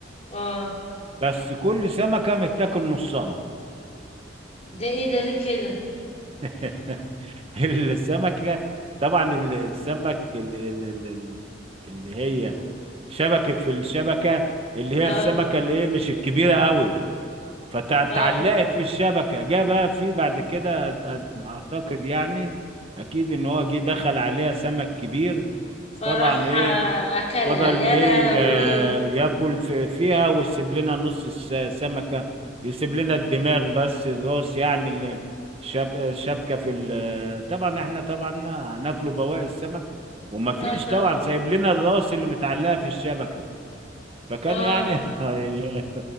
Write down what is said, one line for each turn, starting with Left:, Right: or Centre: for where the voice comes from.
Left: اه
Right: بس كل سمكة متاكل نصها
Left: ده ايه ده ليه كده
Right: <laughs> السمكة طبعا ال- السمك ال- ال- ال- ال- اللي هي شبكت في الشبكة اللي هي
Left: اه
Right: السمكة اللي ايه مش الكبيرة قوي فتعلقت
Left: اه
Right: في الشبكة جه بقى في بعد كده أت- أت- اعتقد يعني اكيد ان هو جه دخل عليها سمك كبير
Left: فرح
Right: طبعا ايه
Left: آه، اكلها
Right: فضل
Left: يا
Right: ايه
Left: لهوي
Right: آه، ياكل في فيها ويسيب لنا نص السمكة يسيب لنا الدماغ بس الراس يعني اللي شاب الشبكة في ال- طبعا احنا طبعا هناكله بواقي السمك ومفيش
Left: لا طبعا
Right: طبعا سايب لنا الراس اللي متعلقة في الشبكة فكان
Left: اه
Right: يعني <laughs> هي-